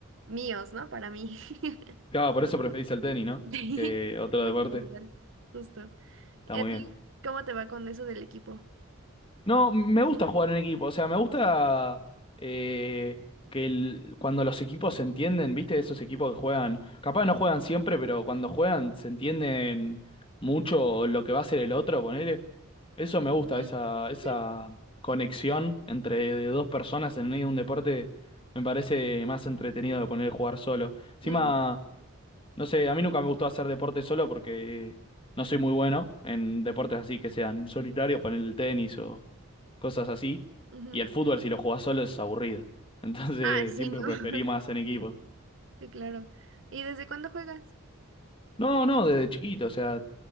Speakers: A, on the right (about 60°); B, on the left (about 25°).
A: míos, ¿no? Para mí. <laughs>
B: Claro, por eso preferís el tenis, ¿no?
A: Sí,
B: Que otro
A: Muy
B: deporte.
A: individual, justo.
B: Está
A: ¿Y
B: muy
A: a ti
B: bien.
A: cómo te va con eso del equipo?
B: No, me gusta jugar en equipo, o sea, me gusta eh, que el- cuando los equipos se entienden, ¿viste? Esos equipos que juegan, capaz no juegan siempre, pero cuando juegan se entienden mucho lo que va a hacer el otro, ponele. Eso me gusta,
A: Ujú.
B: esa, esa
A: Sí.
B: conexión entre dos personas en medio de un deporte me parece más entretenido de poner jugar solo. Encima,
A: Mm,
B: no sé, a mí nunca me gustó hacer deporte solo porque no soy muy bueno en deportes así que sean solitarios,
A: todos.
B: poner el tenis o cosas así.
A: Ujú.
B: Y el fútbol, si lo jugás solo, es aburrido. Entonces,
A: Ah, sí,
B: <laughs> siempre
A: ¿no? <laughs>
B: preferí más en equipo.
A: Sí, claro. ¿Y desde cuándo juegas?
B: No, no, desde chiquito, o sea,